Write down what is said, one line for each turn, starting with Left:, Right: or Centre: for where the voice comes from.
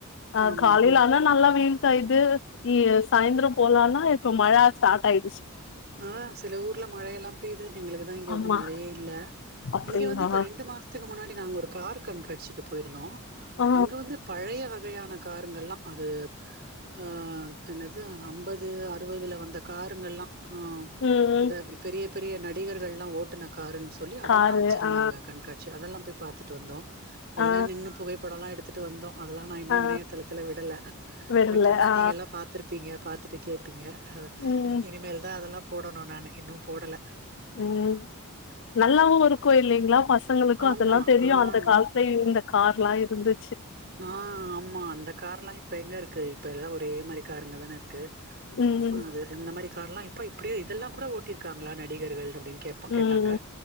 Left: அ
Right: ஆமா
Left: காலை
Right: ம்
Left: ஆனா நல்லா வெயில் காய்து ஊ சாயந்தரொ போலான்னா க்கும் மழ ஸ்டார்ட் ஆய்
Right: ஆ சில ஊர்ல மழ எல்லா பேய்து எங்களுக்கு தா இங்க
Left: ஆமா
Right: ஒன்னும் மழையே இல்ல
Left: அப்டிங்களா
Right: இங்க வந்து இப்ப ரெண்டு மாசத்துக்கு முன்னாடி நாங்க ஒரு கார் கண்காட்சிக்குப் போயிருந்தோ
Left: ஆ
Right: அங்க வந்து பழைய வகையான காருங்கள்லா அது ஆ என்னது அம்பது அறுவதுல வந்த காருங்கள்லா ஆ
Left: ம்
Right: அதா பெரிய பெரிய நடிகர்கள்லா ஓட்டுனாங் காருன் சொல்லி அதெல்லா
Left: காரு
Right: வச்சிருந்தாங்க
Left: ஆ
Right: கண்காட்சி அதெல்லாம் போய் பாத்துட்டு வந்தோ எல்லா
Left: ஆ
Right: நின்னு புகைப்படொல்லா எடுத் ட்டு வந்தோ அதுலா நா இன்னு
Left: ஆ
Right: இணையதளத்துல விடல
Left: விடல
Right: விட்ருந்தா
Left: ஆ
Right: நீங்கல்லா பாத்ருப்பீங்க பாத் துட்டு கேப்பீங்க ஹ
Left: ம்
Right: இனிமேல் அதெல்லாம் போடணு நான் இன்னும் போடல
Left: ம் நல்லாவும் இருக்கும் இல்லைங்களா ஃபர்ஸ் பசங்களுக்கும்
Right: ஆமா
Left: அதெல்லாம் தெரியும்
Right: ஆ
Left: அந்த காலத்துல இருந்த கார்லாம் இருந்து
Right: ஆ ஆமா அந்த கார் எல்லாம் இப்ப எங்க இருக்கு இப்ப எல்லாம் ஒரே மாரி கார் அங்க தான இருக்கு
Left: ம்
Right: க்கு ஆ அது இந்த மாரி கார்ல்லாம் இப்ப அப்பிடியே இதெல்லாம் கூட ஓட்டிருக்காங்களா நடிகர்கள் அப்பிடின்னு கேப்பா கேட்டாங்க
Left: ம்